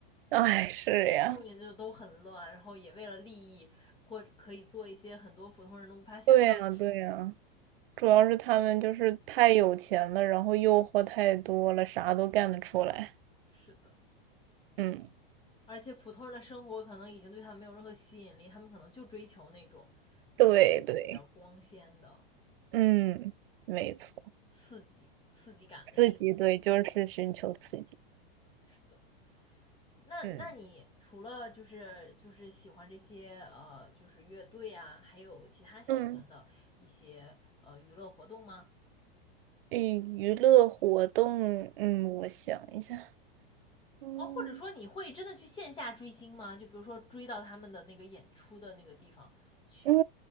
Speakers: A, on the right (about 65°); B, on the left (about 15°).
A: 哎，是呀，
B: 后面就都很乱，然后也为了利益或者可以做一些很多普通人都无法想象的事情。
A: 对呀，对呀，主要是他们就是太有钱了，然后诱惑太多了，啥都干得出来。
B: 是的，
A: 嗯，
B: 而且普通人的生活可能已经对他们没有任何吸引力，他们可能就追求那种
A: 对对，
B: 就是比较光鲜的
A: 嗯，没错，
B: 刺激、刺激感的事情。
A: 刺激，对，就是寻求刺激。
B: 是的，那那你除了就是就是喜欢这些呃就是乐队啊，
A: 嗯。
B: 还有其他喜欢的一些呃娱乐活动吗？
A: 嗯，娱娱乐活动，嗯，我想一下，嗯
B: 哦，或者说你会真的去线下追星吗？就比如说追到他们的那个演出的那个地方去。
A: 嗯，